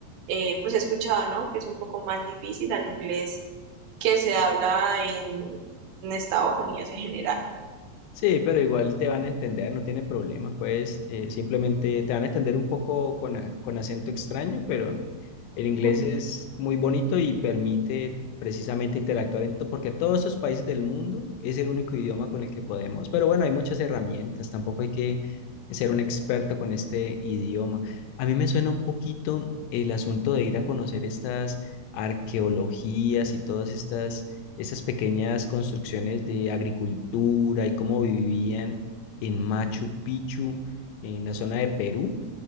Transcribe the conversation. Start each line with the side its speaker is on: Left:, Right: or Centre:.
Right: eh, pues he escuchado, ¿no? Que es un poco más difícil al inglés que se habla en en Estados Unidos en general.
Left: Sí, pero igual te van a entender, no tiene problema, pues eh, simplemente te van a entender un poco con, a- con acento extraño, pero el inglés
Right: <laughs>
Left: es muy bonito y permite precisamente interactuar en to- porque todos esos países del mundo es el único idioma con el que podemos. Pero bueno, hay muchas herramientas, tampoco hay que ser un experto con este idioma. A mí me suena un poquito el asunto de ir a conocer estas arqueologías y todas estas esas pequeñas construcciones de agricultura y cómo vivían en Machu Picchu, en la zona de Perú.